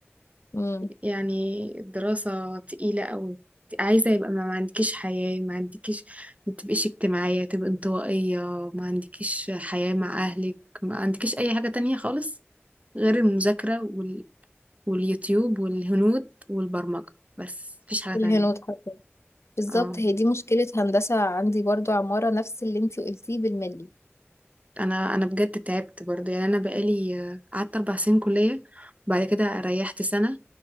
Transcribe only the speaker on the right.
يعني الدراسة تقيلة أوي عايزة يبقى ما ما عندكيش حياة ما عندكيش ما تبقيش اجتماعية تبقى انطوائية ما عندكيش حياة مع أهلك ما عندكيش أي حاجة تانية خالص غير المذاكرة وال... واليوتيوب والهنود والبرمجة بس مفيش حاجة
تانية
اه
أنا أنا بجد تعبت برضه يعني أنا بقالي آه، قعدت أربع سنين كلية وبعد كده ريحت سنة